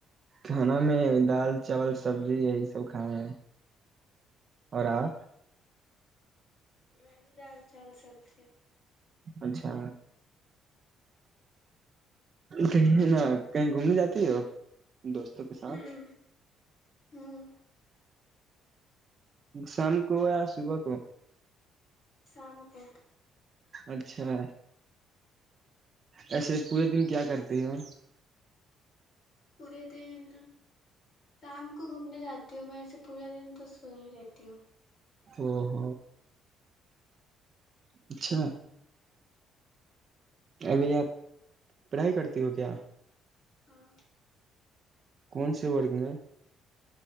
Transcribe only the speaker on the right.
کھانا میں دال چاول سبزی یہی سب کھائے ہیں اور آپ
اچھا کہیے نہ کہیں گھومنے جاتی ہو دوستوں کے ساتھ
شام کو یا صبح کو
اچھا ایسے پورے دن کیا کرتے ہو
او ہ اچھا ابھی یا پڑھائی کرتی ہو کیا
کون سے ورگ میں